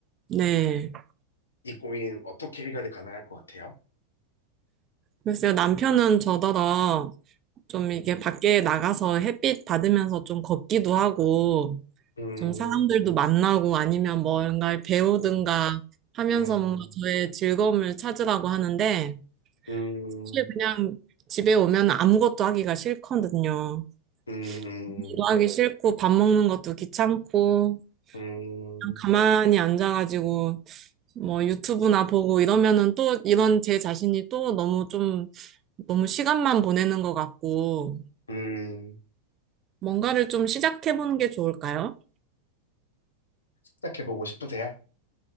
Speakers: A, on the right; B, on the left.
A: 네.
B: 이 고민 어떻게 해결이 가능할 것 같아요?
A: 글쎄요, 남편은 저더러 좀
B: 음,
A: 이게 밖에 나가서 햇빛 받으면서 좀 걷기도 하고
B: 음,
A: 좀 사람들도 만나고 아니면 뭔가를 배우든가
B: 어,
A: 하면서
B: 음,
A: 뭔가 저의 즐거움을 찾으라고 하는데
B: 음,
A: 사실 그냥 집에 오면 아무것도 하기가 싫거든요.
B: 음,
A: 일도 하기 싫고 밥 먹는 것도 귀찮고
B: 음,
A: 그냥
B: 음,
A: 가만히 앉아가지고 뭐 유튜브나 보고 이러면은 또 이런 제 자신이 또 너무 좀 너무 시간만 보내는 것 같고
B: 음.
A: 뭔가를 좀 시작해보는 게 좋을까요?
B: 시작해보고 싶으세요?